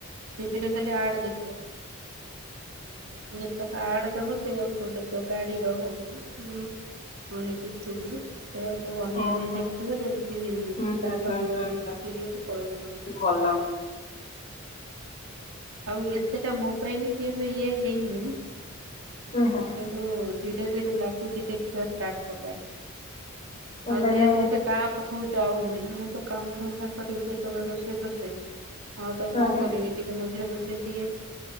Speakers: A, on the right (about 65°); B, on the left (about 30°).
A: ଟିଭିରେ ଖାଲି ଆଡ ଦେଖିବ। ଆଡ ଦବ ସେଇ ଆଉ ସବୁ ଦେଖିବ ଗାଡିର ହଉନ କି ମାନେ କିଛିବି। ସେ ଆଉ ସବୁ ଅନେଇ
B: ଓହୋ
A: ଅନେଇ
B: ହୁଁ
A: ଦେଖିବ ଯେମିତି
B: ହୁଁ
A: ଷ୍ଟାର୍ଟ
B: ହୁଁ
A: ହେବ
B: ହୁଁ ହୁଁ
A: ସିରିଏଲ ପଳେଇବେ ଦୌଡି କି।
B: ଭଲ
A: ଆଉ ଏତେଟା ମୋବାଇଲ କି ଏବେ ଇଏ ହେଇନି।
B: ହୁଁ ହୁଁ
A: ତ ଧୀରେ ଧୀରେ ଲାଗୁଛି ଦେଖିବା ଷ୍ଟାର୍ଟ କଲାଣି। ଆଉ
B: ମାନେ
A: ଯେହେତୁ ସେ କାହାର ତୁ ଯାଉନି ମୁଁ ତ କାମଧନ୍ଦା କରିବି ଯେତେବେଳେ ରୋଷେଇ ଫଷେଇ ଆଉ ତ
B: ହଁ
A: କଣ
B: ହଁ
A: କରିବି। ଟିକେ ମଝିରେ ମଝିରେ ଦିଏ